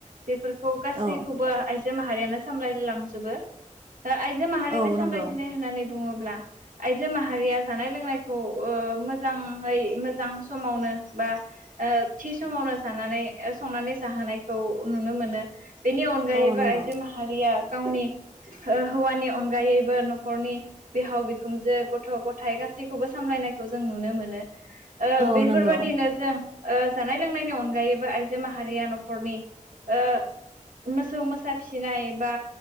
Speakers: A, on the right; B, on the right.
A: बेफोरखौ गासै
B: औ
A: आइजो माहारियानो सामलायलांजोबो आइजो माहारिनि
B: औ
A: सामलायथिनाय
B: नंगौ
A: होननानै बुङोब्ला आइजो माहारिया जानाय लोंनायखौ ओ मोजाङै मोजां समावनो बा ओथि समावनो जानानै संनानै जाहोनायखौ नुनो मोनो। बेनि अनगायैबो
B: औ नंगौ
A: आइजो माहारिया। गावनि ओ हौवानि अनगायैबो न'खरनि बिहाव बिखुमजो गथ' गथाय गासैबो गासैखौबो सामलायनायखौ जों नुनो मोनो ओ
B: औ
A: बेफोरबायदिनो
B: नंगौ
A: जों ओ जानाय लोंनायनि अनगायैबो आइजो माहारिया न'खरनि ओ मोसौ मोसा फिसिनाय बा